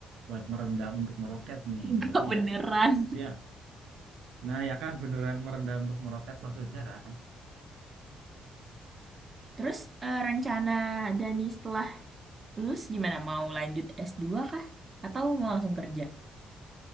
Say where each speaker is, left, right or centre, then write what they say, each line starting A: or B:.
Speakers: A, on the right; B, on the right.
A: buat merendah untuk meroket nih.
B: <laughs> Enggak
A: Tapi
B: beneran.
A: ya, ya. Nah, ya kan beneran merendah untuk meroket maksudnya kan.
B: Terus eh, rencana Dani setelah lulus gimana? Mau lanjut s dua kah? Atau mau langsung kerja?